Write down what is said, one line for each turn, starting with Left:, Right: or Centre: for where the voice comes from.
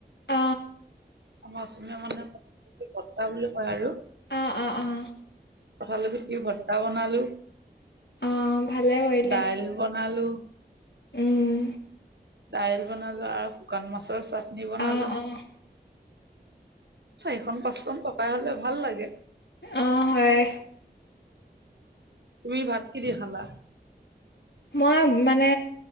Left: অ
Right: আমাৰ অসমীয়া মানুহে, ভৰ্তা বুলি কয় আৰু
Left: অ-অ-অ।
Right: কঁঠাল গুটিৰ ভৰ্তা বনালো।
Left: অ' ভালে কৰিলে।
Right: দাইল বনালো।
Left: উম।
Right: দাইল বনালো আৰু শুকান মাছৰ চাটনি বনালো।
Left: অ', অ',
Right: চাৰিখন, পাঁচখন পকাই হ'লে ভাল লাগে।
Left: অ', হয়।
Right: তুমি ভাত কি দি খালা?
Left: মই মানে,